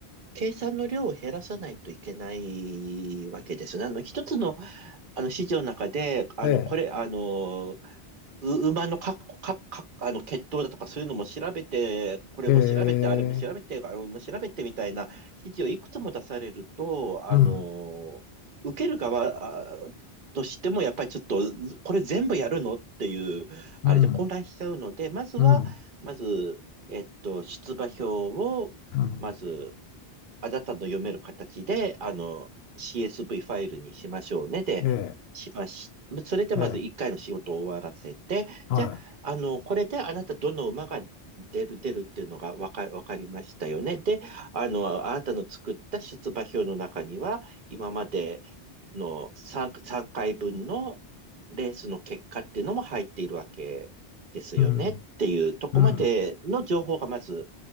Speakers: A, on the right; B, on the left.
A: 計算の量を減らさないといけないわけですね。あの、一つの、あの、指示の中で、あの、
B: え
A: これ、あの、う馬のか、か、か、あの、血統だとかそういうのも調べて、これも調べて、
B: え。へえ。
A: あれも調べて、あれも調べてみたいな指示をいくつも出されると、あの、
B: うん。
A: 受ける側あとしても、やっぱりちょっと、これ全部やるのっていう、
B: うん。
A: あれで混乱しちゃうので、まずは、
B: うん。
A: まず、えっと、出馬票を、
B: うん。
A: まず、あなたの読める形で、あの、CSV ファイルにしましょうねで、
B: え
A: しまし、それでまず一回の仕事を終わらせて、
B: え。ええ。は
A: じゃあ、あの、これであなたどの馬が出る、出るっていうのがわか、わかりましたよね。で、あの、あなたの作った出馬表の中には、今までの3、3回分のレースの結果っていうのも入っているわけですよねっていうとこまでの情報がまず
B: い。うん。うん。